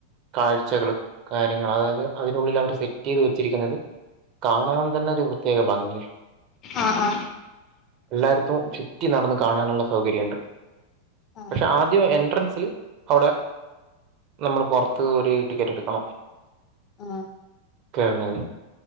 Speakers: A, on the right (about 40°); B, on the left (about 30°).
A: കാഴ്ചകൾ കാര്യങ്ങൾ അതായത് അതിനുള്ളിൽ അവർ സെറ്റ് ചെയ്ത് വെച്ചിരിക്കുന്നത്. കാണാൻ തന്നെ ഒരു പ്രത്യേക ഭംഗി.
B: ആഹ്
A: എല്ലായിർത്തും ചുറ്റി നടന്ന് കാണാനുള്ള സൗകര്യമുണ്ട്.
B: ആഹ്
A: പക്ഷെ ആദ്യം എൻട്രൻസി. അവിടെ നമ്മൾ പുറത്ത് ഒരു ടിക്കറ്റ് എടുക്കണം.
B: ആഹ്
A: കാണാന്.